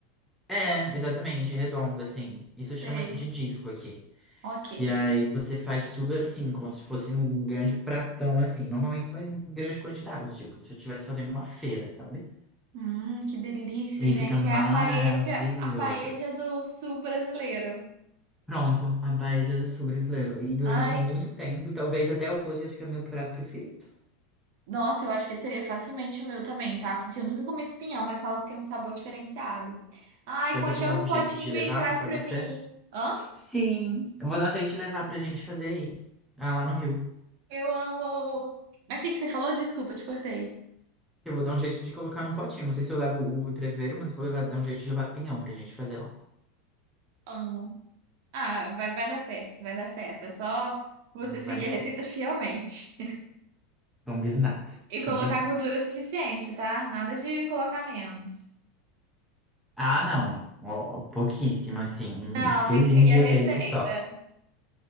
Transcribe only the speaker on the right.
Sei.
Ok.
Hum, que delícia,
gente.
É a paella, a paella do sul brasileiro.
Ai,
Nossa, eu acho que seria facilmente o meu também, tá? Porque eu nunca comi espinhão, mas falo que tem um sabor diferenciado. Ai,
congela
um
potinho
e traz
pra
mim. Hã?
Eu amo. Mas o que que você falou? Desculpa, eu te cortei.
Amo. Ah, vai, vai dar certo, vai dar certo. É só você seguir
a receita fielmente.
E
colocar gordura suficiente, tá? Nada de colocar menos.
Não,
tem que seguir
a receita.